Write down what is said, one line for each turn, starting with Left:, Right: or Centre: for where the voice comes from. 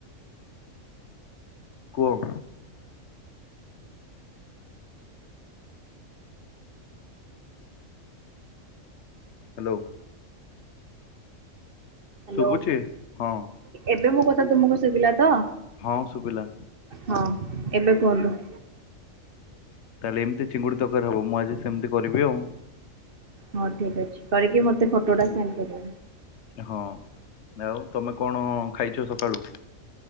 Left: କୁହ। ହ୍ୟାଲୋ।
Right: ହ୍ୟାଲୋ
Left: ଶୁଭୁଛି ହଁ
Right: ଏବେ ମୋ କଥା ତୁମକୁ ଶୁଭିଲା ତ?
Left: ହଁ ଶୁଭିଲା।
Right: ହଁ ଏବେ କୁହନ୍ତୁ।
Left: ତାହେଲେ ଏମିତି ଚିଙ୍ଗୁଡ଼ି ତରକାରି ହବ ମୁଁ ଆଜି ସେମିତି କରିବି ଆଉ।
Right: ହଁ ଠିକ୍ ଅଛି କରିକି ମତେ ଫଟୋ ଟା ସେଣ୍ଡ କରିବ।
Left: ହଁ ଆଉ ତମେ କଣ ଖାଇଛ ସକାଳୁ?